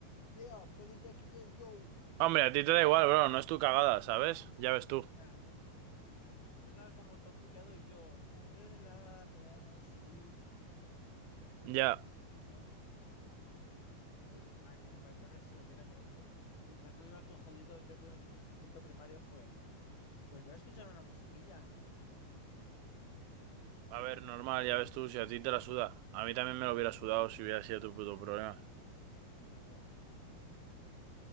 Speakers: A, on the left; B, on the right.
A: yeah, bloody Jackie J, yo.
B: Hombre, a ti te da igual, bro, no es tu cagada, ¿sabes? Ya ves tú.
A: Ya, tú estabas como todo puteado y yo, modélame así.
B: Ya,
A: ¿sabes? Eso, nada, que me pareció gracioso, que era como que mientras tú ibas todo jodido, yo como que mi instinto primario fue, pues voy a escuchar una musiquilla, ¿no?
B: a ver, normal, ya ves tú, si a ti te la suda. A mí también me lo hubiera sudado si hubiera sido tu puto problema.
A: Ya,